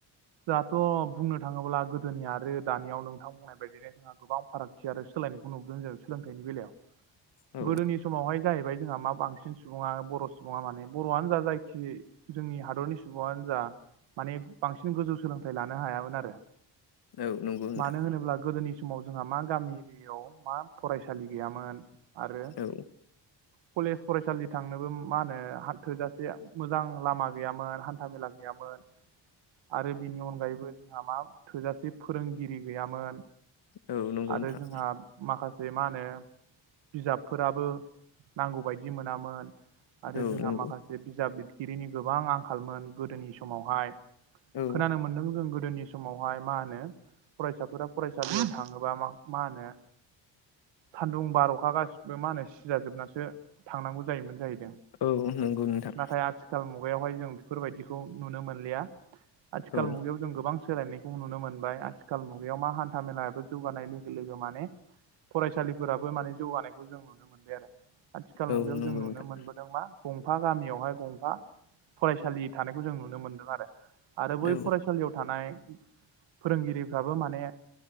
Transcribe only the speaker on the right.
जाहाथ' बुंनो थाङोब्ला गोदोनिया आरो दानियाव नोंथां बुंनाय बायदिनो जोंहा गोबां फारागथि आरो। सोलायनायखौ नुबोदों जों सोलोंथाइनि बेलायाव
गोदोनि समावहाय जाहैबाय। जोंहा मा बांसिन सुबुंङा बर' सुबुं आ माने बर'आनो जा जायखि जोंनि हादरनि सुबुं। सुबुंआनो जा माने बांसिन गोजौ सोलोंथाइ लानो हायामोन आरो।
मानो होनोब्ला गोदोनि सम। समाव जोंहा मा गामि एरिययाव मा फरायसालि गैयामोन आरो।
कलेज फरायसालि थांनोबो मा होनो हाथो-जासेआ मोजां लामा गैयामोन। हान्थामेला गैयामोन। आरो बिनि अनगायैबो जोंहा मा थोजासे फोरोंगिरि गैयामोन।
आरो
जोंहा माखासे। जे मा होनो बिजाबफोराबो नांगौबायायदि मोनामोन। आरो
जोंहा
माखासे बिजाब लिरगिरिनि गोबां आंखालमोन गोदोनि समावहाय।
खोनानो मोनदों जों गोदोनि। समावहाय मा होनो फरायसाफोरा फरायसालियाव थाङोबा मा होनो। सान्दुं बार'खा गासिबो मा होनो सिजाजोबनासो थांनांगौ जायोमोन जाहैदों।
नाथाय आथिखाल मुगायावहाय जों बेफोरबायदिखौ नुनो मोनलिया आथिखाल
मुगायाव जों गोबां सोलायनाय नुनो मोनबाय आथिखाल मुगायाव मा हान्था मेलायाबो जौगानाय लोगो लोगो माने फरायसालिफोराबो माने जौगानायखौ जों नुनो मोनबाय आरो। आथिखाल मुगायाव
जों नुनो
मोनबोदों मा गंफा गामियावहाय गंफा फरायसालि थानायखौ जों नुनो मोनदों आरो आरो बै
फरायसालियाव थानाय फोरोंगिरिफ्राबो माने